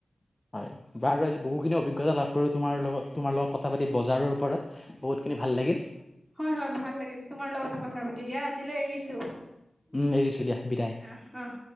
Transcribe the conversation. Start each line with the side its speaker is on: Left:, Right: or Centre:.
Left: হয় বাৰু আজি বহুখিনি অভি অভিজ্ঞতা লাভ তোমাৰ লগত তোমাৰ লগত কথা পাতি বজাৰৰ ওপৰত বহুখিনি ভাল লাগিল।
Centre: হয় হয় ভাল লাগিল তোমাৰ লগতো কথা পাতি দিয়া আজিলে এৰিছো
Left: উম এৰিছো দিয়া বিদায়।
Centre: আহ আহ।